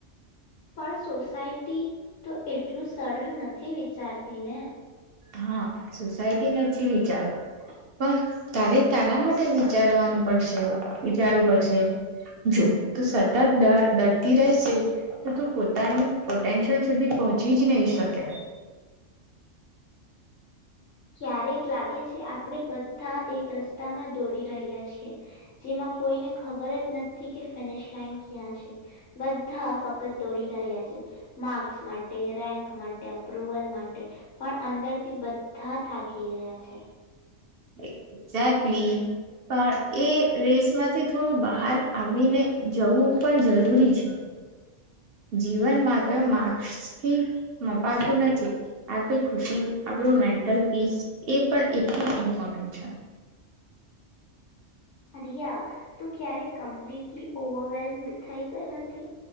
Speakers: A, on the left; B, on the right.
A: પણ સોસાયટી તો એટલું સરળ નથી વિચારતી ને.
B: હા સોસાયટી નથી વિચારે. પણ તારે તારા માટે વિચારવાનું પડશે વિચારવું પડશે. જો તું સતત ડરતી રહેશે તો તું પોતાની પોટેન્શિયલ સુધી પહોંચી જ નહી શકે.
A: ક્યારેક લાગે છે આપણે બધા એક રસ્તામાં દોડી રહ્યા છીએ. જેમાં કોઈને ખબર જ નથી કે ફિનિશ લાઈન ક્યાં છે બધા ફક્ત દોડી રહ્યા છે. માર્ક્સ માટે, રેન્ક માટે, અપ્રુવલ માટે પણ અંદરથી બ ધા થાકી ગયા છે.
B: એક્ઝેકલી પણ એ રેસ માંથી થોડું બહાર આવીને જવું પણ જરૂરી છે. જીવનમાં તો માર્સથી મપાતું નથી. આપડી ખુશી આપણું મેન્ટલ પીસ એ પણ એટલું ઇમ્પોર્ટન્ટ છે.
A: રિયા તું ક્યારે કમ્પ્લીટલી ઓવરવેલ્મડ થઈ ગઈ હતી?